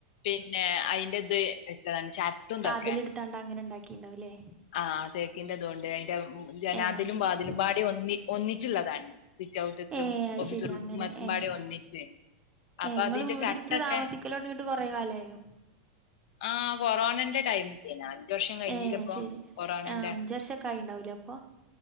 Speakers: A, on the left (about 70°); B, on the right (about 20°).
A: പിന്നെ അതിന്റെറ ത് വെച്ചതാണ് ശർട്ടും തൊക്കെ
B: ഇതിലെടുത്താണ്ട് അങ്ങനെ ണ്ടാക്കിണ്ടാവുല്ലേ
A: ആഹ് തേക്കിന്റെതോണ്ട് അയിന്റെ <unintelligible> ജനാതിലും
B: ഏഹ് ശരി
A: വാതിലുമ്പാഡിം ഒന്നി ഒന്നിച്ച്ള്ളതാണ് സിറ്റഔട്ട്ത്തും
B: ഏഹ് അത്
A: <unintelligible>
B: ശരി അങ്ങനെ
A: മമ്പാടെ
B: ഏഹ്
A: ഒന്നിച്ച് അപ്പൊ
B: ഏഹ് ഇങ്ങള്
A: അതിന്റെ
B: വീടെടുത്ത്
A: ചട്ടൊക്കെ
B: താമസിക്കലൊടങ്ങിട്ട് കൊറേ കാലായോ
A: ആഹ് കൊറോണന്റെ ടൈമില്ലേ ഞാൻ. അഞ്ച്വർഷം കഴിഞ്ല്ലപ്പ
B: ഏഹ് ശരി
A: കൊറോണന്റെ.
B: ആഹ് അഞ്ച് വർഷൊക്കെ ആയിണ്ടാവൂലേ അപ്പൊ